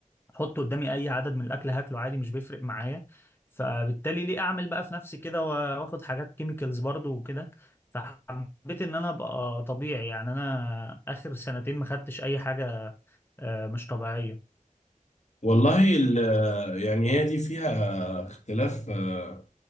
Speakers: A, on the left (about 15°); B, on the left (about 55°).
A: حط قدامي اي عدد من الاكل هاكله عادي مش بيفرق معايا فبالتالي ليه اعمل بقى في نفسي كده وا- واخد حاجات كيميكالز برضو وكده فحبيت ان انا ابقى طبيعي يعني انا اخر سنتين ما خدتش اي حاجه آه، مش طبيعيه
B: والله ال- يعني هي دي فيها اختلاف آه،